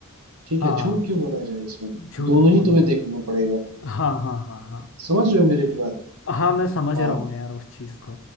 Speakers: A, on the right (about 80°); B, on the left (about 60°).
A: ठीक
B: हाँ
A: है झूठ क्यों बोला जाए इसमें
B: झूठ
A: दोनों
B: नहीं
A: ही
B: बोला
A: तुम्हें
B: जाए
A: देखना पड़ेगा
B: हाँ हाँ हाँ हाँ
A: समझ रहे हो मेरी बात
B: हाँ मैं समझ
A: हाँ
B: रहा हूँ यार उस चीज़ को